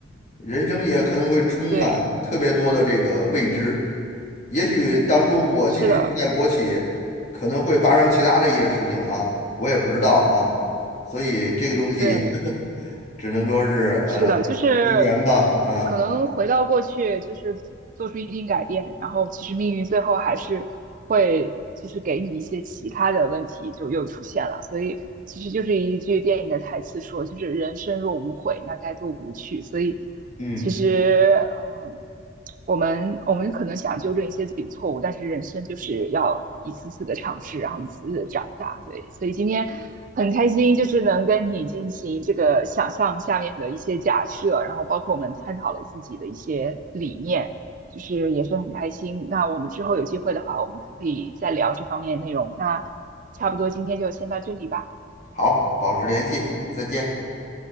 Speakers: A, on the left (about 35°); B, on the right (about 45°).
A: 人生也可能会充满特别多的这个未知。
B: 对，
A: 也许当初我继续留在国企，
B: 是的，
A: 可能会发生其他的一些事情啊，我也不知道啊，
B: 嗯
A: 所以这个东西
B: 对，
A: <laughs> 只能说是呃随缘吧，
B: 是的，就是
A: 啊，
B: 可能回到过去，就是做出一定改变，然后其实命运最后还是会就是给你一些其他的问题就又出现了，所以其实就是一句电影的台词说，就是人生若无悔，那该多无趣。所以
A: 嗯。
B: 其实，嗯。我们我们可能想纠正一些自己的错误，但是人生就是要一次次的尝试，然后一次次的长大。对，所以今天很开心，就是能跟你进行这个想象下面的一些假设，然后包括我们探讨了自己的一些理念，就是也是很开心。那我们之后有机会的话，我们可以再聊这方面的内容。那差不多今天就先到这里吧，
A: 好，保持联系，再见。